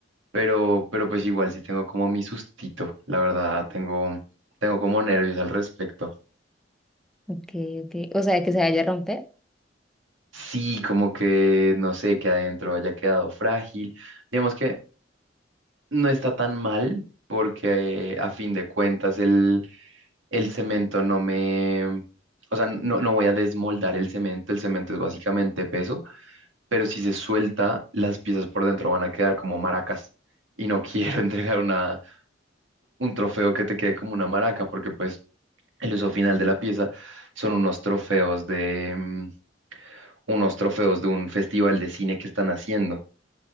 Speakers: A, on the right; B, in the centre.
A: pero, pero pues igual sí tengo como mi sustito, la verdad, tengo, tengo como nervios al respecto.
B: Ok, ok. O sea, que se vaya a romper.
A: Sí, como que no sé, que adentro haya quedado frágil. Digamos que no está tan mal porque eh, a fin de cuentas el, el cemento no me... O sea, no, no voy a desmoldar el cemento, el cemento es básicamente peso, pero si se suelta, las piezas por dentro van a quedar como maracas. Y no <laughs> quiero entregar una, un trofeo que te quede como una maraca, porque pues el uso final de la pieza son unos trofeos de, mm, unos trofeos de un festival de cine que están haciendo.